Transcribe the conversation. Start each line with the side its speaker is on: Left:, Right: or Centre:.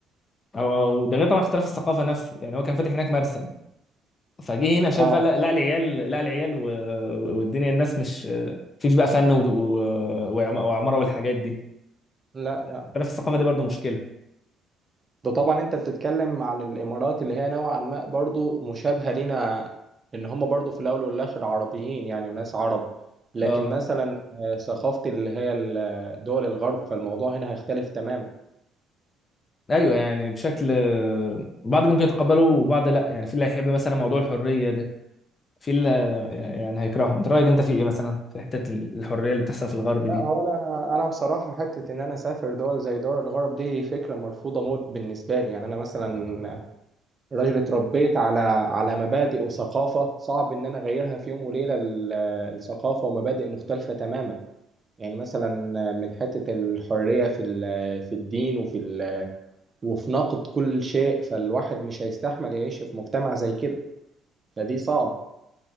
Left: هو هو ده غير طبعا اختلاف الثقافة نفسه يعني هو كان فاتح هناك مرسم فجه هنا شاف
Right: اه
Left: بقى لا لا العيال لا العيال و... والدنيا الناس مش مفيش بقى فن و... و... وعم- وعمارة والحاجات دي
Right: لا لا
Left: اختلاف الثقافة دي برضو مشكلة
Right: ده طبعا انت بتتكلم عن الامارات اللي هي نوعا ما برضو مشابهه لينا ان هم برضو في الاول والاخر عربيين يعني وناس عرب لكن
Left: اه
Right: مثلا آه، ثقافه اللي هي ال- دول الغرب فالموضوع هنا هيختلف تماما
Left: ايوه يعني بشكل بعض ممكن يتقبله وبعض لا يعني في اللي هيحب مثلا موضوع الحرية ده في اللي يعني هيكرهه انت رأيك انت في ايه مثلا في حتة الحرية اللي بتحصل في الغرب
Right: لا
Left: دي
Right: هو انا انا بصراحه حته ان انا اسافر دول زي دول الغرب دي فكره مرفوضه موت بالنسبه لي يعني انا مثلا راجل اتربيت على على مبادئ وثقافه صعب ان انا اغيرها في يوم وليله ال- آه، الثقافه ومبادئ مختلفه تماما يعني مثلا من حتة الحرية في ال- في الدين وفي ال- وفي نقد كل شيء فالواحد مش هيستحمل يعيش في مجتمع زي كده فدي صعبة